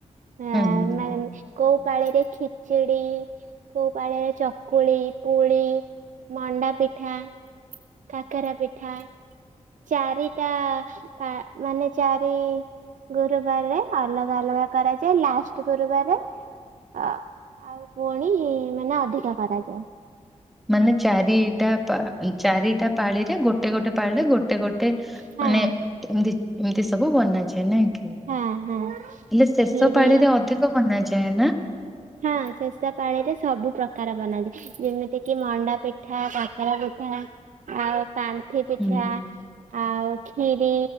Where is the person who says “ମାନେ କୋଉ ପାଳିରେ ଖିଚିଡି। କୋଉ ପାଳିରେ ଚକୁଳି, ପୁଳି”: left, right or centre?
Right